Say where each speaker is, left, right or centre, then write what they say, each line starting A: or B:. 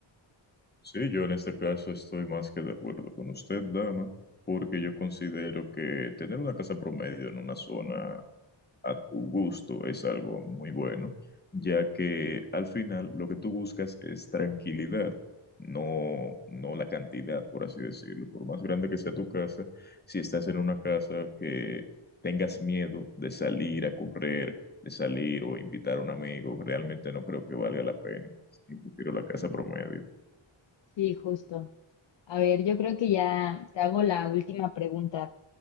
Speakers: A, on the left; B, on the left.
A: Sí, yo en este caso estoy más que de acuerdo con usted, dama, porque yo considero que tener una casa promedio en una zona a tu gusto es algo muy bueno, ya que al final lo que tú buscas es tranquilidad, no, no la cantidad, por así decirlo. Por más grande que sea tu casa, si estás en una casa que tengas miedo de salir a correr, de salir o invitar a un amigo, realmente no creo que valga la pena. Sí, prefiero la casa promedio.
B: Sí, justo. A ver, yo creo que ya te hago la última pregunta.